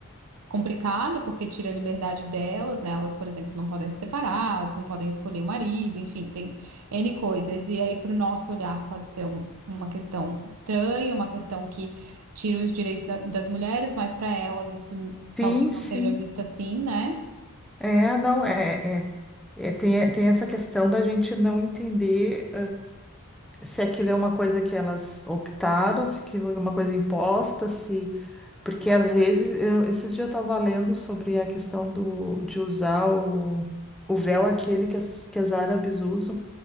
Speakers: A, on the right; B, in the centre.
A: complicado porque tira a liberdade delas, né? Elas, por exemplo, não podem se separar, elas não podem escolher o marido, enfim, tem N coisas. E aí, para o nosso olhar, pode ser um- uma questão estranha, uma questão que tira os direitos da- das mulheres, mas para elas isso
B: Sim,
A: talvez
B: sim.
A: não seja visto assim, né?
B: É, não, é, é. É, tem, é, tem essa questão da gente não entender. se aquilo é uma coisa que elas optaram, se aquilo é uma coisa imposta, se. Porque às vezes, eu- esses dias eu estava lendo sobre a questão do, de usar o, o véu aquele que as, que as árabes usam,